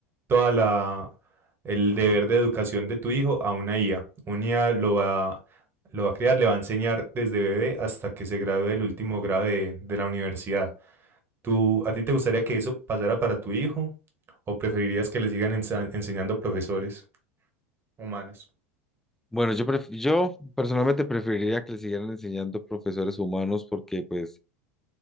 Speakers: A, on the right (about 30°); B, in the centre.
A: toda la el deber de educación de tu hijo a una IA. Una IA lo va, lo va a crear, le va a enseñar desde bebé hasta que se gradúe del último grado de, de la universidad. ¿Tú, ¿A ti te gustaría que eso pasara para tu hijo? ¿O preferirías que le sigan ensa- enseñando profesores humanos?
B: Bueno, yo, pref- yo personalmente preferiría que le siguieran enseñando profesores humanos porque pues